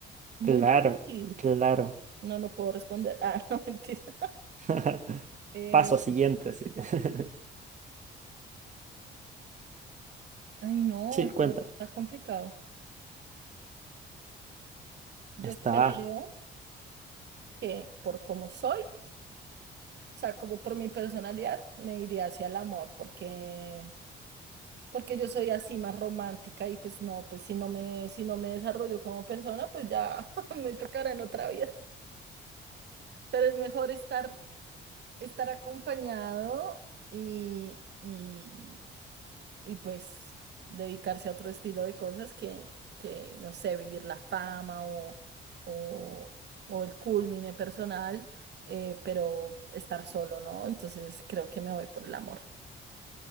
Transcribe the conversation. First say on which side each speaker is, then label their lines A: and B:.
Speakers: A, on the right; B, on the right.
A: Muy
B: Claro,
A: difícil.
B: claro.
A: No, no puedo responder. Ah, <laughs> no, mentira.
B: <laughs>
A: Eh,
B: Paso siguiente, sí. <laughs>
A: ay, no,
B: Sí,
A: esto
B: cuéntame.
A: está complicado. Yo
B: Está,
A: creo que por cómo soy, o sea, como por mi personalidad, me iría hacia el amor, porque porque yo soy así más romántica y pues no, pues si no me, si no me desarrollo como persona, pues ya <laughs> me tocará en otra vida. Pero es mejor estar, estar acompañado y, y, y pues dedicarse a otro estilo de cosas que, que no sé, vivir la fama o, o, o el culmine personal, eh, pero estar solo, ¿no? Entonces creo que me voy por el amor.